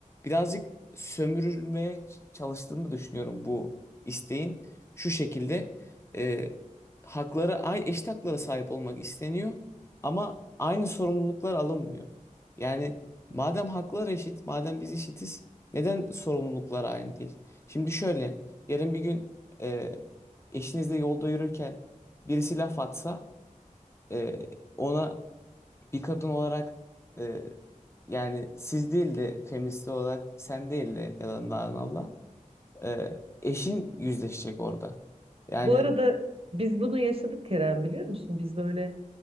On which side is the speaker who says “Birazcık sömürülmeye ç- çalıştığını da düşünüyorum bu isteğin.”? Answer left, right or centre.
Left